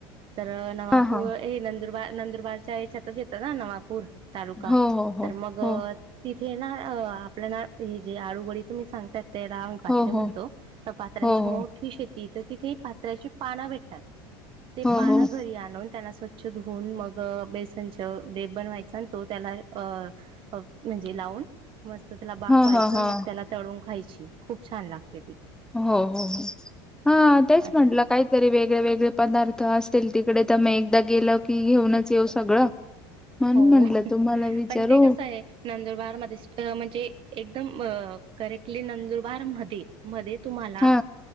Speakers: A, on the right; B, in the centre.
A: तर नवापूर
B: हा हा
A: हे नंदुरबार नंदुरबारच्या याच्यातच येतात ना नवापूर तालुका
B: हो हो
A: तर मग
B: हो
A: ति हे ना आपल्याला हे जे अळूवडी तुम्ही सांगताात त्याला आम्ही पात्रीे
B: हो हो हो
A: म्हणतो तर पात्र्यांची
B: हो
A: मोठी शेती तर तिथे पात्राची पानं भेटतात ते
B: हो
A: पान
B: हो हो
A: घरी आणून त्यांना स्वछ धुऊन मग बेसन लेप बनवायचा तो त्याला म्हणजे लावून मस्त त्याला बाफवायचं
B: ह ह ह
A: मग त्याला तळून खायची खूप छान लागते ती
B: हो हो हो हा तेच
A: असं
B: म्हटलं काहीतरी वेगळे वेगळे पदार्थ अस तिकडे तर म एकदा गेल की घेऊनच येऊ सगळं म्हणून
A: हो
B: म्हटलं तुम्हाला विचारू
A: पण ते कसं आहे नंदुरबार मध्ये म्हणजे एकदम करेक्टली नंदुरबार मध्ये मध्ये तुम्हाला
B: हा